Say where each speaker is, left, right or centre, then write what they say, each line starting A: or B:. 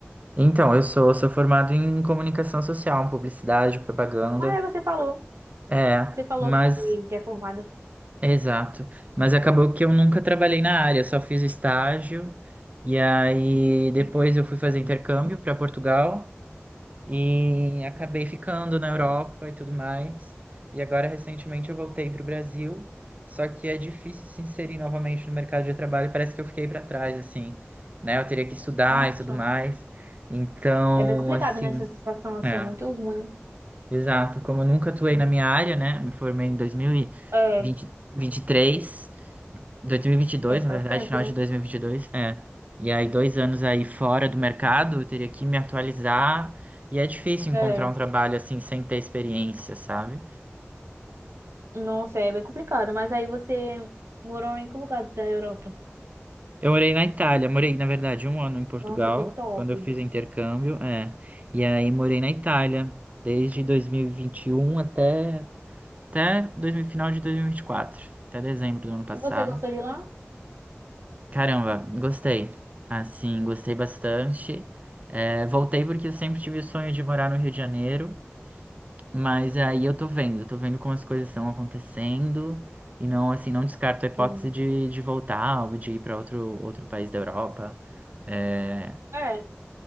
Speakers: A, on the right (about 35°); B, on the right (about 80°).
A: Então, eu sou, sou formado em comunicação social, publicidade, propaganda.
B: Ah, é, você falou.
A: É,
B: Você falou
A: mas
B: que, que é formada.
A: exato. Mas acabou que eu nunca trabalhei na área, só fiz estágio. E aí depois eu fui fazer intercâmbio para Portugal. E acabei ficando na Europa e tudo mais. E agora, recentemente, eu voltei para o Brasil. Só que é difícil se inserir novamente no mercado de trabalho. Parece que eu fiquei para trás, assim, né? Eu teria que estudar
B: Nossa,
A: e tudo mais. Então,
B: é bem complicado,
A: assim,
B: né? Essa situação assim,
A: é,
B: é muito ruim.
A: exato. Como eu nunca atuei na minha área, né? Me formei em dois mil e
B: É,
A: e vinte e três 2022,
B: é, faz
A: na verdade,
B: tempo,
A: final
B: né?
A: de 2022. É. E aí, dois anos aí fora do mercado, eu teria que me atualizar. E é difícil
B: É,
A: encontrar um trabalho assim sem ter experiência, sabe?
B: nossa, é bem complicado. Mas aí você morou em que lugar da Europa?
A: Eu morei na Itália, morei, na verdade, um ano em Portugal,
B: Nossa, que top.
A: quando eu fiz intercâmbio, é. E aí morei na Itália, desde 2021 até, até 2000, final de 2024, até dezembro do ano passado.
B: E você gostou de lá?
A: Caramba, gostei. Assim, gostei bastante. É, voltei porque eu sempre tive o sonho de morar no Rio de Janeiro, mas aí eu tô vendo, tô vendo como as coisas estão acontecendo e não, assim, não descarto a hipótese
B: Sim.
A: de, de voltar ou de ir para outro, outro país da Europa. É,
B: É,